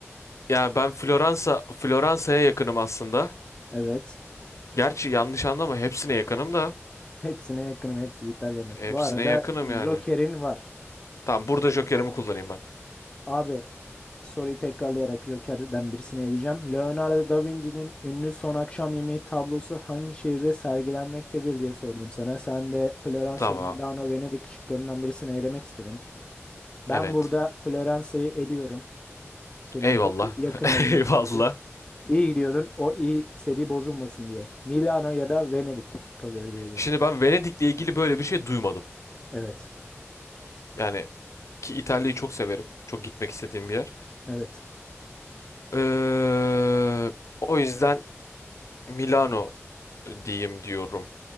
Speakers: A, on the left (about 80°); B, on the left (about 20°).
A: Yani ben Floransa Floransa'ya yakınım aslında.
B: Evet.
A: Gerçi yanlış anlama hepsine yakınım da.
B: Hepsine yakınım. Hepsi İtalya'nın.
A: Hepsine
B: Bu arada
A: yakınım
B: Joker'in
A: yani.
B: var.
A: Tamam burada jokerimi kullanayım ben.
B: Abi Soruyu tekrarlayarak Joker'den birisini eleyeceğim. Leonardo da Vinci'nin ünlü Son Akşam Yemeği tablosu hangi şehirde sergilenmektedir diye sordum sana. Sen de Floransa,
A: Tamam.
B: Milano, Venedik şıklarından birisini elemek istedin. Ben
A: Evet.
B: burada Floransa'yı eliyorum. Senin
A: Eyvallah.
B: yakı- yakın
A: <laughs>
B: olduğun şıkkı.
A: Eyvallah.
B: İyi gidiyordun. O iyi seri bozulmasın diye. Milano ya da Venedik kalıyor geriye.
A: Şimdi ben Venedik'le ilgili böyle bir şey duymadım.
B: Evet.
A: Yani ki İtalya'yı çok severim. Çok gitmek istediğim bir yer.
B: Evet.
A: Ee, o yüzden Milano e, diyeyim diyorum.